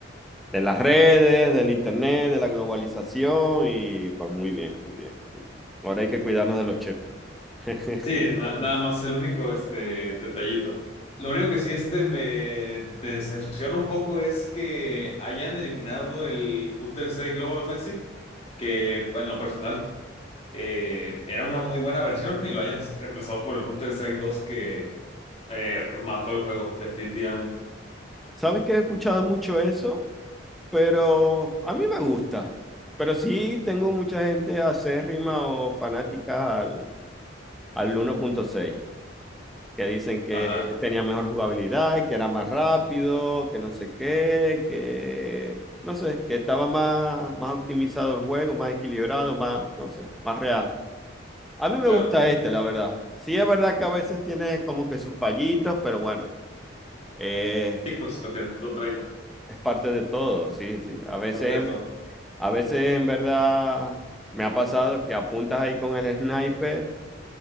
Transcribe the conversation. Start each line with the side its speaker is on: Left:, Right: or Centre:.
Centre: de las redes, del internet, de la globalización y pues muy bien, muy bien, muy bien. Ahora hay que cuidarnos de los chetos. <laughs>
Left: Sí, na- nada más el único este detallito. Lo único que sí este me decepciona un poco es que hayan eliminado el Counter-Strike Global Offensive, que en lo personal eh, era una muy buena versión y lo hayan reemplazado por el Counter-Strike dos que eh, mató el juego definitivamente.
Centre: ¿Sabes que he escuchado mucho eso? pero a mí me gusta. Pero sí tengo mucha gente acérrima o fanática al, al 1.6, que dicen que
Left: Ajá,
Centre: tenía mejor jugabilidad, y que era más rápido, que no sé qué, que no sé, que estaba más, más optimizado el juego, más equilibrado, más, no sé, más real. A mí me
Left: claro.
Centre: gusta este, la verdad. Sí es verdad que a veces tiene como que sus fallitos, pero bueno, eh,
Left: Sí, pues lo que tú traes,
Centre: es parte de todo, sí, sí. A veces
Left: fuerte de
Centre: es
Left: todo.
Centre: A veces en verdad me ha pasado que apuntas ahí con el sniper